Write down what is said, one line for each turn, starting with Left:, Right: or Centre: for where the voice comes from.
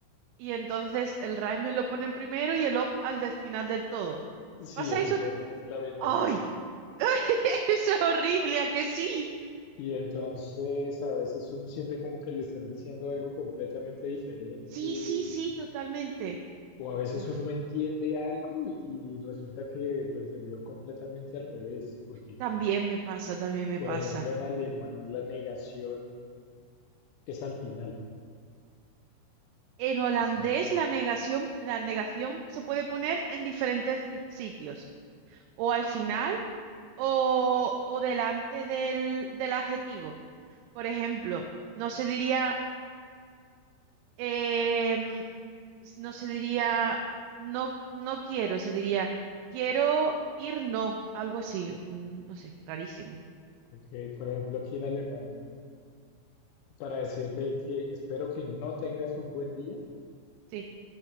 Right: y entonces el reimen lo ponen primero y el op al del final del todo.
Left: Sí,
Right: ¿Pasa
Left: aquí
Right: eso
Left: también
Right: también?
Left: es la misma
Right: ¡Ay!
Left: cosa.
Right: <laughs> Eso es horrible, ¿a que sí?
Left: Y entonces a veces uno siente como que le están diciendo algo completamente diferente
Right: Sí,
Left: y-
Right: sí, sí, totalmente.
Left: o a veces
Right: Uf.
Left: uno entiende algo y resulta que lo entendió completamente al revés, porque
Right: También me pasa, también me
Left: por
Right: pasa.
Left: ejemplo en alemán la negación es al final.
Right: En holandés
Left: O sea,
Right: la negación, la negación se puede poner en diferentes ci- sitios, o al final o, o delante del, del adjetivo. Por ejemplo, no se diría, em, s- no se diría, no, no quiero, se diría, quiero ir, no, algo así, mm, no sé, rarísimo.
Left: ok, por ejemplo aquí en alemán para decirte que espero que no tengas un buen día,
Right: Sí,